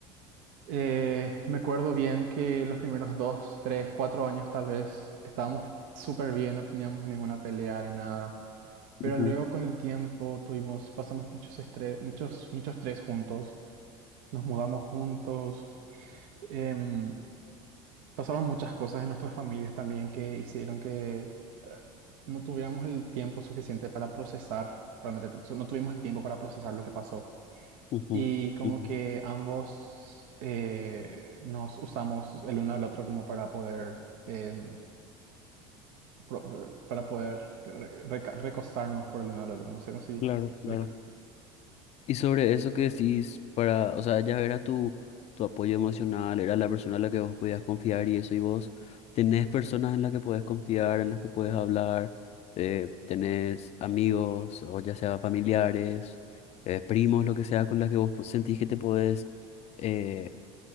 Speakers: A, on the right; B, on the left.
A: Eh, me acuerdo bien que los primeros dos, tres, cuatro años tal vez estábamos súper bien, no teníamos ninguna pelea ni nada. Pero
B: Ujú,
A: luego con el tiempo tuvimos, pasamos muchos estrés, muchos, muchos estrés juntos, nos mudamos juntos, em, pasaron muchas cosas en nuestras familias también que hicieron que eh, no tuviéramos el tiempo suficiente para procesar, realmente t- no tuvimos el tiempo para procesar lo que pasó
B: ujú,
A: y como
B: ujú.
A: que ambos eh, nos usamos el uno al otro como para poder em, pro- para poder re- reca- recostarnos por el uno al otro. No sé cómo si
B: Claro,
A: me explico.
B: claro. Y sobre eso que decís, para, o sea, ya era tu, tu apoyo emocional, era la persona en la que vos podías confiar y eso, y vos tenés personas en las que podés confiar, en las que podés hablar, eh, tenés amigos, o ya sea familiares, eh, primos, lo que sea, con las que vos po- sentís que te podés eh,